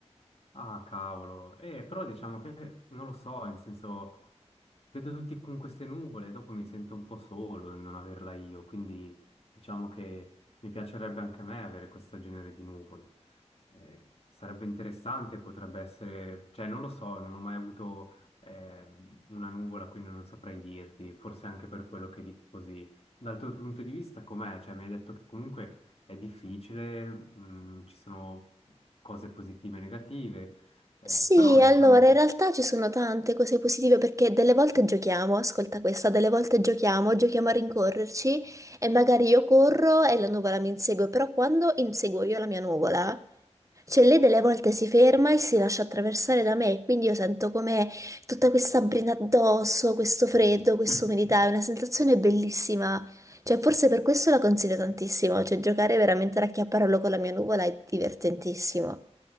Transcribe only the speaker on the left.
Ah, cavolo. Eh, però diciamo che non lo so, nel senso, vedo tutti con queste nuvole e dopo mi sento un po' solo nel non averla io, quindi diciamo che mi piacerebbe anche a me avere questo genere di nuvole. Eh, sarebbe interessante, potrebbe essere, cioè non lo so, non ho mai avuto ehm, una nuvola, quindi non saprei dirti, forse anche per quello che dico così. Dal tuo punto di vista com'è? Cioè mi hai detto che comunque è difficile, mh, ci sono cose positive e negative, eh,
però
diciamo che...
<clears throat>
<laughs>